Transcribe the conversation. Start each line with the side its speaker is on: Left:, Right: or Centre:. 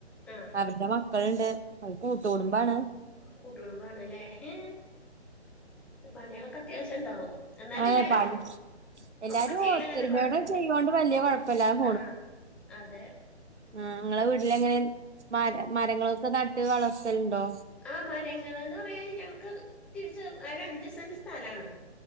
Centre: ആഹ്
Right: അവരുടെ മ ക്കള്ണ്ട് അവര് കൂട്ടുകുടുംമ്പാണ്
Centre: കൂട്ടുകുടുംമ്പാണ് ഇല്ലേ ഹെ പണികളൊക്കെ അത്യാവശ്യം ഇണ്ടാവും എന്നാല്
Right: ആഹ്
Centre: എല്ലാരും
Right: പണി എല്ലാരും
Centre: ഒപ്പം ചെയ്യണ
Right: ഒത്തൊരുമയോടെ
Centre: കൊണ്ട് കൊഴപ്പില്ല
Right: ചെയ്യോണ്ട് വല്യ കൊഴപ്പല്ലാതെ
Centre: ആഹ് അതെ
Right: ആ ഇങ്ങളെ വീട്ടില് ഇങ്ങനെ മര മരങ്ങൾക്ക് നട്ട് വളർത്തലുണ്ടോ
Centre: ആ മരങ്ങളന്ന് പറയാന് ഞങ്ങക്ക് തിരിച്ച് അര അഞ്ച് സെന്റ് സ് സ്ഥലാണ്